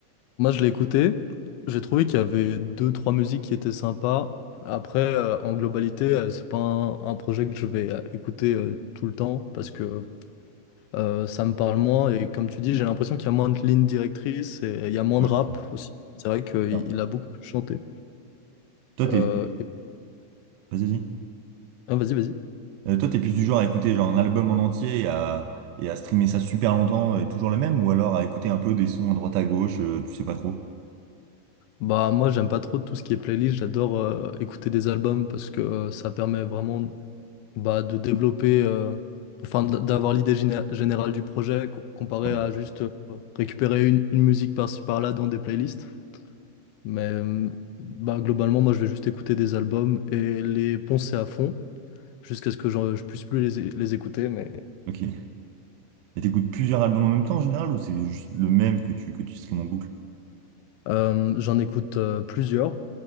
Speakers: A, on the left; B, on the right.
A: Moi, je l'ai écouté. J'ai trouvé qu'il y avait deux, trois musiques qui étaient sympas. Après, euh, en globalité, euh, c'est pas un, un projet que je vais euh, écouter euh, tout le temps parce que euh, ça me parle moins. Et comme tu dis, j'ai l'impression qu'il y a moins de lignes directrices et il y a moins
B: Ouais,
A: de rap
B: c'est- c'est
A: aussi. C'est vrai qu'il
B: bizarre.
A: il a beaucoup plus chanté.
B: Toi,
A: Euh,
B: t'es,
A: et-
B: vas-y, dis.
A: ah, vas-y, vas-y.
B: Euh, toi, t'es plus du genre à écouter genre un album en entier et à, et à streamer ça super longtemps euh, et toujours le même, ou alors à écouter un peu des sons à droite à gauche, euh, tu sais pas trop.
A: Bah moi j'aime pas trop tout ce qui est playlist, j'adore euh, écouter des albums parce que euh, ça permet vraiment bah, de développer, euh, enfin d- d'avoir l'idée géné- générale du projet co- comparé
B: Ouais.
A: à juste euh, récupérer une, une musique par-ci par-là dans des playlists. Mais euh, bah, globalement, moi je vais juste écouter des albums et les poncer à fond jusqu'à ce que j'en- je puisse plus les, é- les écouter. Mais
B: Ok. Et t'écoutes plusieurs albums en même temps en général, ou c'est juste le même que tu, que tu streames en boucle?
A: Euh, j'en écoute euh, plusieurs.